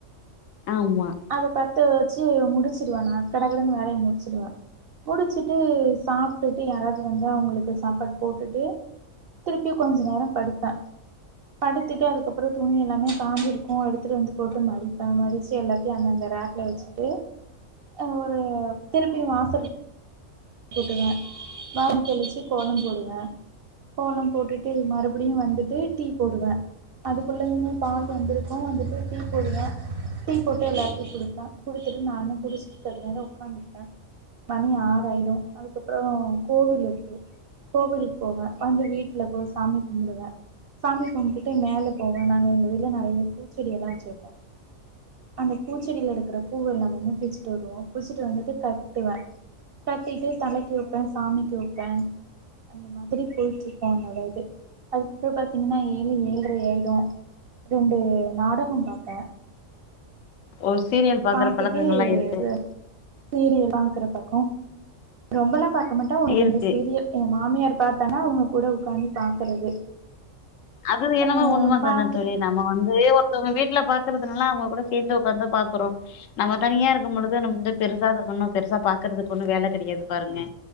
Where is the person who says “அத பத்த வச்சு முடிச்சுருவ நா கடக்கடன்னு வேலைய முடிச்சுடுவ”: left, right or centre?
Right